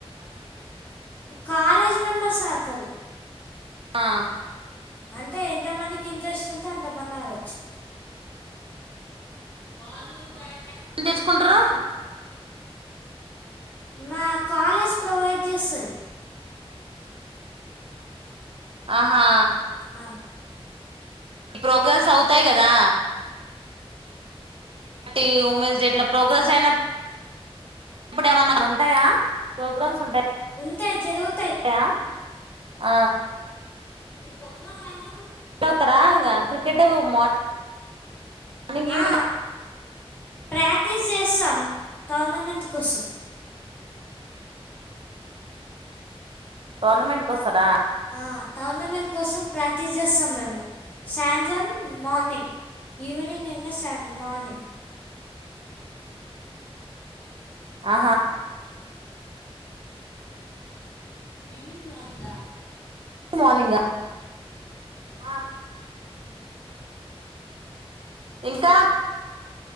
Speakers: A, on the left (about 15°); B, on the right (about 60°).
A: కాలేజ్ మెంబర్స్ ఆడతారు
B: ఆ
A: అంటే ఎంత మనకి ఉదష్టంతో అంత మంది ఆడొచ్చు <inaudible>
B: ఎం తెచ్చుకుంటరు
A: నా కాలేజ్ ప్రొవైడ్ చేస్తది
B: ఆహా
A: ఆ
B: ఈ ప్రోగ్రామ్స్ అవుతాయి గదా పార్టీ వుమెన్స్ డే ఇట్లా ప్రోగ్రాంస్ అయినా ఇప్పుడు ఏమన్నా ఉంటాయా ప్రోగ్రామ్స్ ఉంటా
A: ఉంటయి జరూరు
B: య ఆ
A: మీరు పొద్దున్న సాయంత్రం
B: అవుతరా క్రికెట్ మా మార్నింగ్ ఈవెనింగ్
A: ఆ, ప్రాక్టీస్ చేస్తాం టోర్నమెంట్ కోసం
B: టోర్నమెంట్కి వస్తారా
A: ఆ, టోర్నమెంట్ కోసం ప్రాక్టీస్ చేస్తాం మేము సాయంత్రం మార్నింగ్ ఈవినింగ్ ఎం మార్నింగ్
B: ఆ
A: ఈవినింగ్ మార్నింగ్ దా
B: గు మార్నింగ్ ఆ ఆ ఇంకా